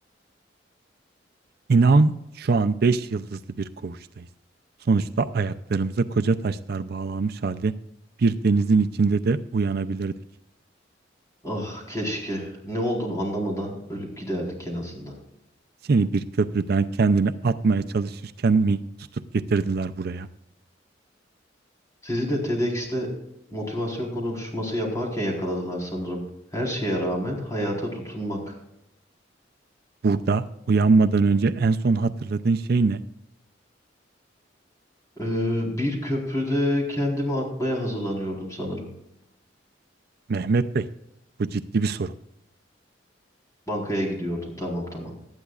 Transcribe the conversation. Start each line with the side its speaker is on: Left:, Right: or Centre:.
Right: İnan şu an 5 yıldızlı bir koğuştayız. Sonuçta ayaklarımıza koca taşlar bağlanmış halde bir denizin içinde de uyanabilirdik.
Left: Ah keşke ne olduğunu anlamadan ölüp giderdik en azından.
Right: Seni bir köprüden kendini atmaya çalışırken mi tutup getirdiler buraya?
Left: Sizi de TEDx'te motivasyon konuşması yaparken yakaladılar sanırım. Her şeye rağmen hayata tutunmak.
Right: Burada uyanmadan önce en son hatırladığın şey ne?
Left: Ee, bir köprüde kendimi atmaya hazırlanıyordum sanırım.
Right: Mehmet Bey, bu ciddi bir sorun.
Left: Bankaya gidiyordum tamam tamam.